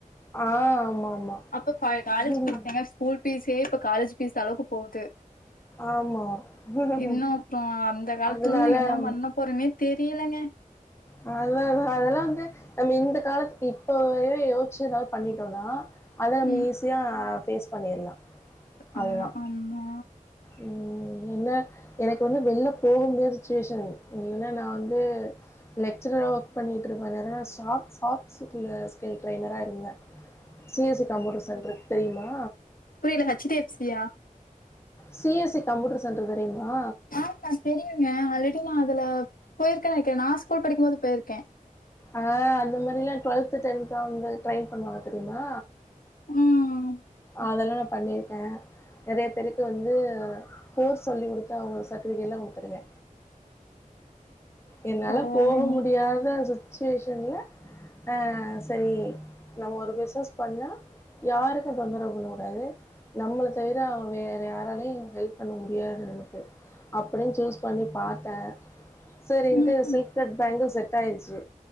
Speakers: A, on the left; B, on the left.
A: ஆ ஆமாம்
B: அப்ப ப காலேஜ்
A: ஆமாம்
B: ஃபீஸ் என்ன கூல் ஃபீஸே இப்ப காலேஜ் ஃபீஸ் அளவுக்கு போகுது
A: ஆமாம்
B: இன்னு அப்ப அந்த காலத்துல
A: அதனால
B: நா என்னா பண்ண போறேனே தெரியலங்க
A: நல்லதுதா அதெல்லா வந்து நம்ம இந்த காலத்துக்கு இப்பவே யோசிச்சு ஏதாவது பண்ணிட்டோனா அத நம்ம
B: ம்.
A: ஈஸியா ஃபேஸ் பண்ணிர்லா
B: ஆ
A: அதுதா
B: ஆமா.
A: ம் என்ன எனக்கு வந்து வெளில போக முடியாத சிச்சுவேஷன் இல்லனா நா வந்து லெக்சரரா ஒர்க் பண்ணிட்ருப்பே இந்நேரோ நா சா சாஃப்ட் ஸ்கில்லு ட்ரைனரா இருந்தே C S C computer centre தெரியுமா
B: புரில ஹெச் டி எஃப் சி யா
A: C S C computer centre தெரியுமா
B: ஆமா தெரியுங்க ஆல்ரெடி நா அதுல போயிருக்கே நெனைக்கிறே நா ஸ்கூல் படிக்கும் போது போயிருக்கே
A: ஆ அந்த மாரிலா டுவல்த் டென்த் வந்து ட்ரைன் பண்ணுவாங்க தெரிமா
B: ம்
A: அதெல்லா நா பண்ணிருக்கே நெறைய பேருக்கு வந்து கோர்ஸ் சொல்லி கொடுத்து அவங்க சர்ட்டிஃபிகேட்ல கொடுத்துருக்கே
B: <inaudible>
A: என்னால
B: பரவாயில்லங்க.
A: போக முடியாத சுச்சுவேஷன்ல அ சரி நம்ம ஒரு பிஸ்னஸ் பண்ணா யாருக் தொந்தரவு பண்ண கூடாது நம்மள தவிர வேற யாராலையும் ஹெல்ப் பண்ண முடியாது நமக்கு அப்படின்னு சூஸ் பண்ணி பாத்தே சரி இன்ட்டு
B: ம், ம்.
A: சில்க் கட் பேங்கிள் செட் ஆயிடுச்சி